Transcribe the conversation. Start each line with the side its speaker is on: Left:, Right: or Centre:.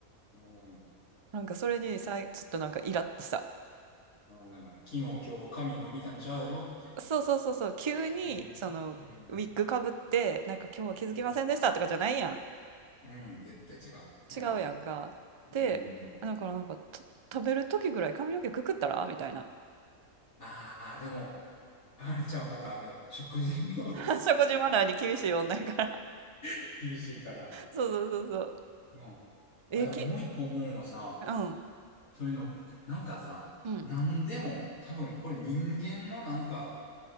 Left: うん
Right: なんかそれにさい、ちょっとなんかイラッとした。
Left: 昨日、今日、髪伸びたんちゃうやろっていう。
Right: そうそうそうそう、急に、
Left: うん。
Right: その、
Left: うん。
Right: ウィッグかぶって、なんか今日は気づきませんでしたとかじゃないやん。
Left: うん。うん絶対違う。うん。
Right: 違うやんか。で、
Left: うんうんうん。
Right: だからなんか、と食べる時ぐらい髪の毛くくったらみたいな。
Left: ああ、でも、あれちゃう、またあの、食事も
Right: <laughs> 食事マナーに厳しい女やから。
Left: <laughs> 厳しいから。
Right: そうそうそうそう。
Left: うんあ、
Right: え、
Left: でももう一個思うのはさ、
Right: き、うん。
Left: そういうの、なんかさ、
Right: うん。
Left: なんでも、多分これ人間のなんか、